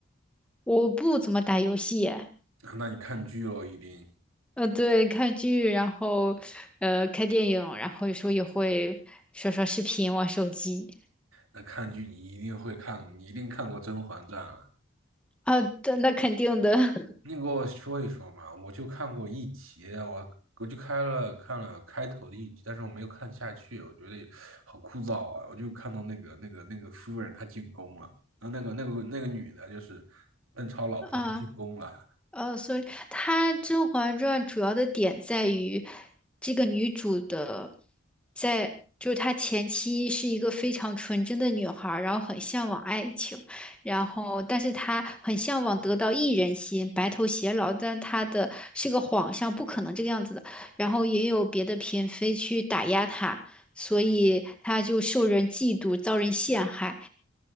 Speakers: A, in the centre; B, on the right.
A: 我不怎么打游戏。
B: <laughs> 那你看剧喽，一定，
A: 呃，对，看剧，然后呃看电影，然后有时候也会刷刷视频、玩手机。
B: 那看剧你一定会看，你一定看过《甄嬛传》了。
A: 啊，对，那肯定的 <laughs>
B: 你给我说一说嘛，我就看过一集，我我就开了看了开头的一集，但是我没有看下去，我觉得好枯燥啊！我就看到那个那个那个夫人她进宫了，啊，那个那个那个女的，就是邓超老婆她进宫了。
A: 啊。呃，所以它《甄嬛传》主要的点在于这个女主的在，就是她前期是一个非常纯真的女孩儿，然后很向往爱情，然后但是她很向往得到一人心，白头偕老，但她的是个皇上，不可能这个样子的，然后也有别的嫔妃去打压她，所以她就受人嫉妒，遭人陷害，